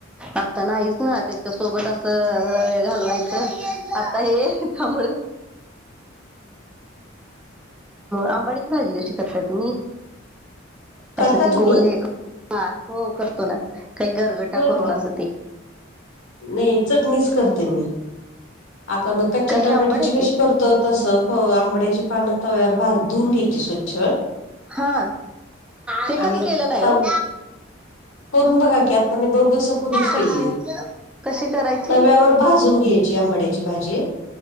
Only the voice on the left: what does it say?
करता
तुम्ही?
होय
का?
नाही चटणीच करते मी आपण मग कच्च्या
टोमॅटोची
कशी करतो तस हो आंबड्याची पानं तव्यावर धुवून घ्यायची स्वच्छ
आणि
तव
करून बघा की आता मी दोन दिवसापूर्वीच केलेली,
तव्यावर भाजून घे. आंबड्याची भाजी